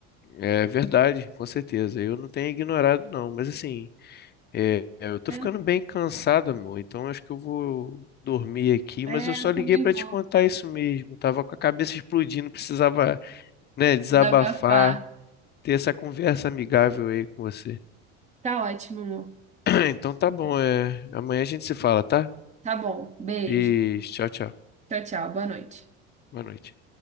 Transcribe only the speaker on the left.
é verdade, com certeza. Eu não tenho ignorado, não. Mas assim, é, é, eu tô
ficando
bem cansado, amor. Então acho que eu vou dormir aqui.
Mas eu só
liguei
pra
te contar isso mesmo. Tava com a cabeça explodindo, precisava, né, desabafar,
ter essa conversa amigável aí com você.
<clears throat> Então tá bom. É, amanhã a gente se fala, tá?
Beijo, tchau, tchau.
Boa noite.